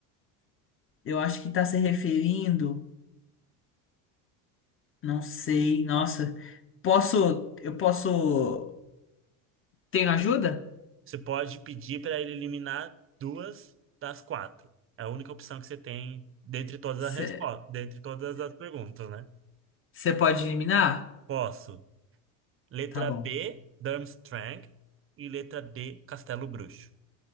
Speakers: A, on the left; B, on the right.
A: Eu acho que tá se referindo, não sei, nossa. Posso, eu posso... Tenho ajuda?
B: Você pode pedir para ele eliminar duas das quatro. É a única opção que você tem dentre todas
A: Você
B: as respostas, dentre todas as perguntas, né?
A: Você pode eliminar?
B: Posso. Letra
A: Tá bom.
B: B, Durmstrang. E letra D, Castelo Bruxo.